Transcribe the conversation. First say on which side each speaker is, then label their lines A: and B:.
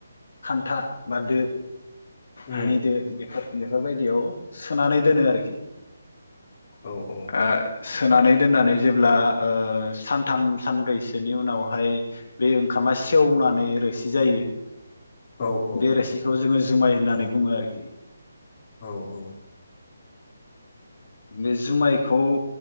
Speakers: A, on the left; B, on the left.
A: खान्था बा दो
B: उम
A: हानिदो बेफोर बेफोरबायदियाव सोनानै दोनो आरोखि
B: औ औ
A: ओ सोनानै दोननानै जेब्ला ओ सानथाम सानब्रैसोनि उनावहाय बे ओंखाम मा सेवनानै रोसि जायो
B: औ
A: बे रोसिखौ जोङो जुमाय होननानै बुङो आरोखि
B: औ औ
A: बे जुमायखौ